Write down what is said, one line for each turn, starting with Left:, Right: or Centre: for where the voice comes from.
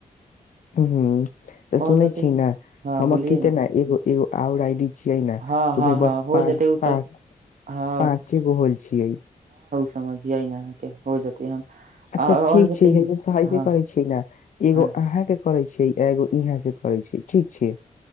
Left: ह तऽ
Right: आओर
Left: सुनै
Right: बते
Left: छी ने
Right: हँ
Left: हम
Right: बोलिये
Left: की ते ने एगो। एगो आउर आइडी। छिय न
Right: हँ
Left: तु
Right: हँ
Left: <unintelligible> बस
Right: हँ हो
Left: पाँच
Right: जेतै ओ
Left: पाँच
Right: सब हँ
Left: पाँचे गो होल छिय।
Right: समझिय न आके हो जेतै हम।
Left: अच्छा
Right: आओर
Left: ठीक
Right: बते
Left: छै
Right: हँ
Left: सहजे
Right: हँ
Left: करै छी न एगो
Right: हँ
Left: अहाँके। करै छैै एगो इहे से करै छै ठीक छै।